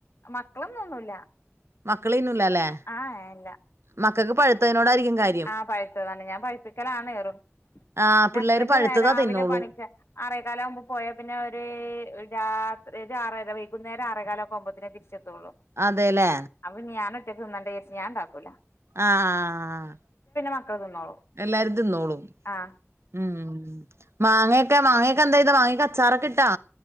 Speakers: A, on the left (about 60°); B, on the right (about 65°).
A: മക്കളൊന്നും തിന്നൂല
B: മക്കള് തിന്നൂലലേ
A: ആഹ് ഏഹ് ഇല്ല
B: മക്കക്ക് പഴ്ത്തേനോടാരിക്കും കാ
A: ആഹ് പഴ്ത്തതാണ് ഞാൻ പഴപ്പിക്കലാണ് ഏറും
B: ആഹ്
A: പിന്നെ
B: പിള്ളേര്
A: ഹസ്ബന്റ്
B: പഴുത്തതാ
A: നേ രാവിലെ
B: തിന്നോളൂ
A: പണിക്ക്‌ ആറേകാലാവുമ്പോ പോയാ പിന്നെ ഒര് ഒര് രാത്രി ഒര് ആറര വൈകുന്നേരം ആറേകാലൊക്കെ ആവുമ്പോത്തിനെ തിരിച് ച്ചെത്തോളൂ
B: അതെല്ലേ
A: അപ്പ പിന്നെ ഞാന് ഒറ്റക്ക് തിന്നണ്ടെ വിചാരിച്ച് ഞാൻ ഇണ്ടാക്കൂല
B: ആഹ് ആഹ്
A: മക്കള് തിന്നോളും
B: എല്ലാരും തിന്നോളും
A: ആഹ്
B: ഉം മാങ്ങയൊക്കെ മാങ്ങയൊക്കെ എന്തേയ്തെ മാങ്ങയൊക്കെ അച്ചാറൊക്കെ ഇട്ടോ